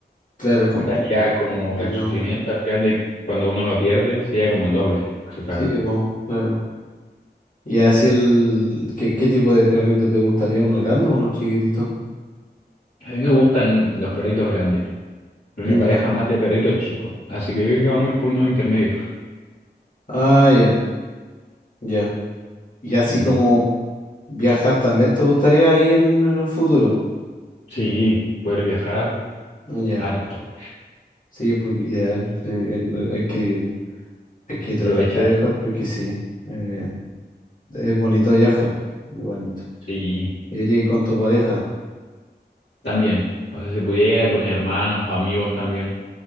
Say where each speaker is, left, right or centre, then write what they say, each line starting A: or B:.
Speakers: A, on the left; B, on the left.
A: Claro, compli-
B: me daría como
A: complicado.
B: el sufrimiento al final de que cuando uno lo pierde, sería como el doble, que si fueran
A: Sí,
B: dos.
A: po, claro. Y así el... ¿Qué, qué tipo de perrito te gustaría? ¿Uno grande o uno chiquitito?
B: A mí me gustan los perritos grandes, pero
A: Ya.
B: mi pareja más de perritos chicos, así que yo creo que vamos a ir por unos intermedios.
A: Ah, ya, ya. Y así
B: Ujú.
A: como viajar también te gustaría ahí en, en un futuro.
B: Sí, poder viajar
A: Ya.
B: harto,
A: Sí, pues ideal. sí, el- el- hay que, hay que tratar
B: aprovechar.
A: de viajar porque sí. eh, es bonito viajar. Muy bonito.
B: Sí,
A: Y diría que con tu pareja.
B: también. O sea, si pudiera con hermanos, amigos también.